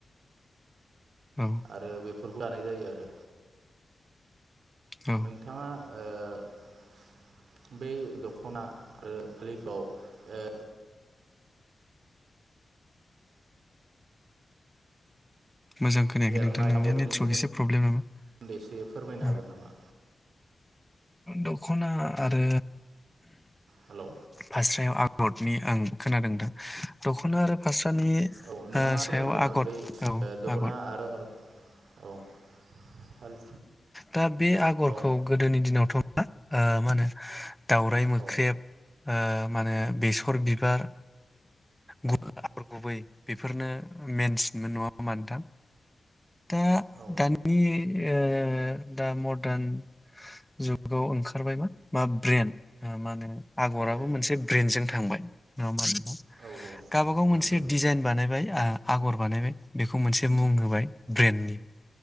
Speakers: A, in the centre; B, on the right.
A: औ
B: आरो बे फोरखौ लानाय जायो आरो
A: औ
B: नोंथाङा ओ बे दख'ना आरो फालिखौ ओ
A: मोजां खोनायाखै
B: एरनाय
A: नोंथां नोंनिया
B: आगरनि
A: नेटवर्क
B: सोमोन्दै
A: एसे प्रब्लेम नामा।
B: एसे फोरमायनो हागोन नामा
A: दख'ना आरो
B: हेलौ
A: फास्रायाव आ अटनि आं खोनादों थां। खौनो आरो फास्रा तानि
B: औ नोंथाङा
A: सायाव
B: फोरमायनो हागोन
A: आगर
B: नामा बे ओ
A: औ
B: दख'ना
A: आगर
B: आरो औ। फालि
A: दा बे आगरखौ
B: औ
A: गोदोनि दिनावथ' ओ मा होनो दावराय मोख्रेब।
B: औ
A: मा होनो बेसर बिबार गुबै बेफोरनो मेनसिनमोन नङा होमा नोंथां। दा
B: औ
A: दानि एयो दा मरदान जुगाव ओंखारबाय मा ब्रेेनड मा होनो आगराबो
B: ब्रेन्ड
A: मोनसे ब्रेन्दजों थांबाय। <unintelligible>
B: औ औ
A: गावबा गाव मोनसे
B: नंगौ
A: डिजाइन बानायबाय। आगर बानायबाय बेखौ मोनसे मुं होबाय ब्रेन्डनि।